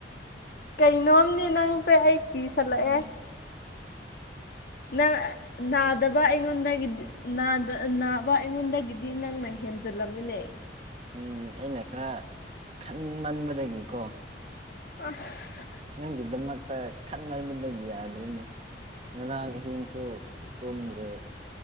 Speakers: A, on the left; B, on the right.
A: ꯀꯩꯅꯣꯝꯅꯤ ꯅꯪꯁꯦ ꯑꯩ ꯀꯤꯁꯜꯂꯛꯑꯦ
B: ꯎꯝ
A: ꯅꯪ ꯅꯥꯗꯕ ꯑꯩꯉꯣꯟꯗꯒꯤꯗꯤ ꯅꯗꯥ ꯅꯥꯕ ꯑꯩꯉꯣꯟꯗꯒꯤꯗꯤ ꯅꯪꯅ ꯍꯦꯟꯖꯜꯂꯝꯃꯤꯅꯦ
B: ꯎꯝ ꯑꯩꯅ ꯈꯔ ꯈꯟꯃꯟꯕꯗꯒꯤꯀꯣ
A: ꯑꯁ
B: ꯅꯪꯒꯤꯗꯃꯛꯇ ꯈꯟꯃꯟꯕꯗꯒꯤ ꯌꯥꯗ꯭ꯔꯦꯅꯦ ꯉꯔꯥꯡ ꯑꯍꯤꯡꯁꯨ ꯇꯨꯝꯗ꯭ꯔꯦ